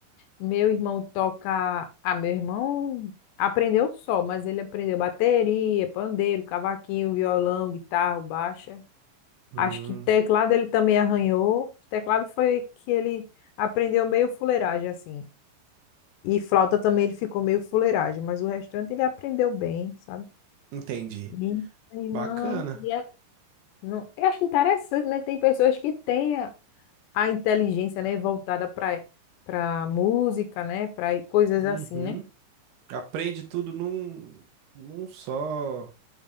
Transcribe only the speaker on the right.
Hum,
entendi.
Bacana.
Uhum.
Aprende tudo num, num só